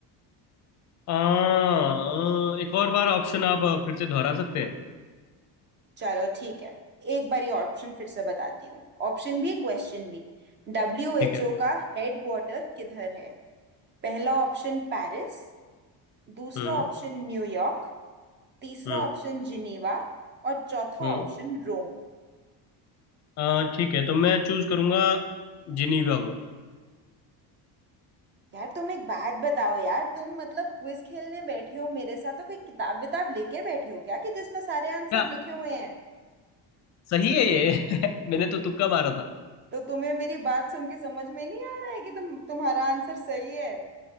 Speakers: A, on the left; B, on the right.
A: आ, आ, एक और बार ऑप्शन आप आ, फिर से दोहरा सकते हैं
B: चलो ठीक है एक बारी ऑप्शन फिर से बताती हूँ ऑप्शन भी क्वेश्चन भी डब्ल्यू एच
A: ठीक है
B: ओ का हेडक्वार्टर किधर है पहला ऑप्शन पेरिस दूसरा
A: हम्म
B: ऑप्शन न्यूयॉर्क तीसरा
A: हम्म
B: ऑप्शन जिनेवा और चौथा
A: हम्म
B: ऑप्शन रोम
A: आ, ठीक है तो मैं चूज करूंगा जिनीवा को
B: यार तुम एक बात बताओ यार तुम मतलब क्विज खेलने बैठे हो मेरे साथ तो कोई किताब विताब लेके बैठे हो क्या कि जिसमें सारे आंसर
A: क्या
B: लिखे हुए हैं
A: सही है ये <laughs> मैंने तो तुक्का मारा था
B: तो तुम्हें मेरी बात सुन के समझ में नहीं आ रहा है कि तुम तुम्हारा आंसर सही है